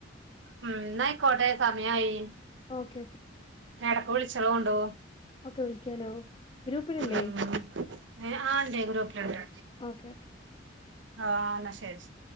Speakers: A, on the right; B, on the left.
A: ഉം ന്നായ്ക്കോട്ടെ സമയായി
B: ഓക്കെ ഓക്കെ
A: എടെക്ക് വിളിച്ചാേളോണ്ടൂ
B: ഓക്കെ വിളിക്കാലോ ഗ്രൂപ്പിലില്ലേ
A: ഉം ഏഹ് ആഹ് ണ്ടേ ഗ്രുപ്പ്ല്ണ്ട്
B: ഓക്കെ ഓക്കെ
A: ആഹ് ന്നാ ശെരി ശെരി.